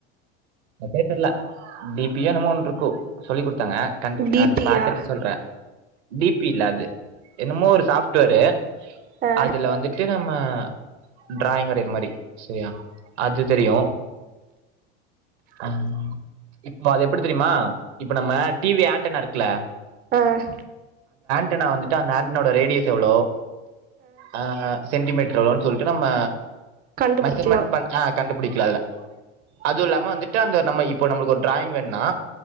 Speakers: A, on the right; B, on the right.
A: <unintelligible> தெர்ல டீப் பியா என்னமோ ஒன்ட்ருக்கு சொல்லி குடு தாங்க கண்ட்
B: பிபியா
A: அது பாத்துட்டு சொல்ற டி பி இல்ல அது என்னமோ ஒரு சாஃப்ட்வேரு
B: ஆ
A: அதுல வந்துட்டு நம்ம டிராயிங் வரயிற மாரி செரியா அது தெரியு ம் இப்ப அது எப்புடி தெரியுமா இப்ப நம்ம டி வி ஆண்டனா இருக்கில்ல
B: ஆஹ்
A: டனா வந்துட்டு அந்த ஆண்டனோட ரேடியேஸ் எவ்ளோ ஆ சென்டிமீட்டர் எவ்ளோ சொல்ட்டு நம்ம
B: கண்டுபிடிக்கலாம்
A: மெஸர்மெண்ட் பன் ஆ கண்டுபுடிக்லா அதுல அதுவுல்லாம வந்துட்டு அந்த நம்ம இப் போ நம்மள்கு ஒரு டிராயிங் வேண்னா